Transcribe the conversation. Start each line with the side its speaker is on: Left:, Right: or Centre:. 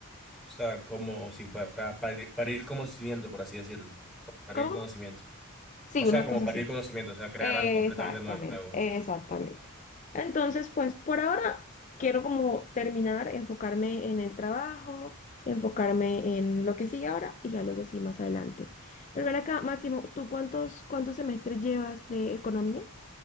Centre: O sea, como si fuera parir, parir conocimiento, por así decirlo, parir
Left: ¿Cómo,
Centre: conocimiento.
Left: cómo? Sí,
Centre: O sea,
Left: una
Centre: como
Left: cosa
Centre: parir
Left: así.
Centre: conocimiento, o sea, crear
Left: Exactamente,
Centre: algo completamente nuevo.
Left: exactamente. Entonces, pues por ahora quiero como terminar, enfocarme en el trabajo, enfocarme en lo que sigue ahora y ya luego sí más adelante. Pero ven acá, Máximo, ¿tú cuántos, cuántos semestres llevas de economía?